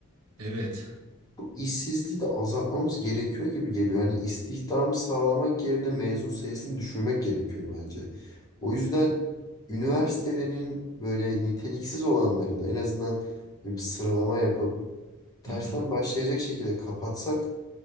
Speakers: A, on the right; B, on the left.
A: Evet.
B: işsizliği de azaltmamız gerekiyor gibi geliyor. Yani istihdamı sağlamak yerine mezun sayısını düşürmek gerekiyor bence. O yüzden üniversitelerin böyle niteliksiz olanlarını en azından bir sıralama yapıp tersten
A: Hı hı
B: başlayacak şekilde kapatsak